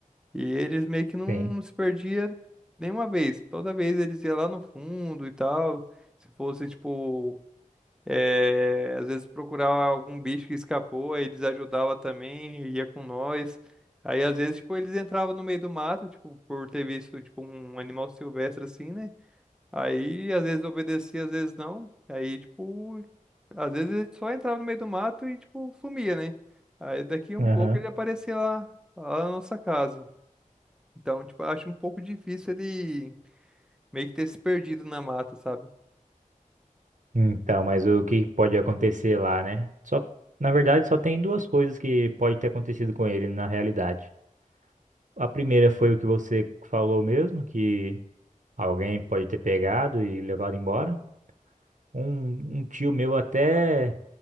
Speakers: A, in the centre; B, on the right.
A: E eles meio que não
B: Sim.
A: se perdia nenhuma vez. Toda vez eles iam lá no fundo e tal. Se fosse, tipo, é, às vezes procurar algum bicho que escapou, aí eles ajudavam também, ia com nós. Aí às vezes, tipo, eles entravam no meio do mato, tipo, por ter visto, tipo, um animal silvestre assim, né? Aí, às vezes obedecia, às vezes não. Aí, tipo, às vezes ele só entrava no meio do mato e, tipo, sumia, né? Aí daqui a um
B: Aham.
A: pouco ele aparecia lá, lá na nossa casa. Então, tipo, eu acho um pouco difícil ele meio que ter se perdido na mata, sabe?
B: Então, mas o que pode acontecer lá, né? Só, na verdade, só tem duas coisas que pode ter acontecido com ele na realidade. A primeira foi o que você falou mesmo, que alguém pode ter pegado e levado embora. Um, um tio meu até